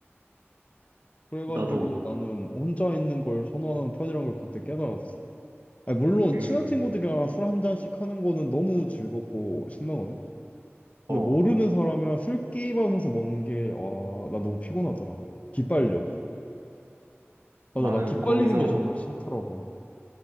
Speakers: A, on the left (about 30°); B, on the right (about 80°).
A: 그래가지고
B: 나도,
A: 나는 혼자 있는 걸 선호하는 편이란 걸 그때 깨달았어. 아니, 물론
B: 음,
A: 친한 친구들이랑 술 한 잔씩 하는 거는 너무 즐겁고 신나거든. 근데
B: 어.
A: 모르는 사람이랑 술 게임하면서 먹는 게, 와, 나 너무 피곤하더라. 기빨려.
B: 나는
A: 맞아, 난 기빨리는
B: 거기서,
A: 게 정말 싫더라고.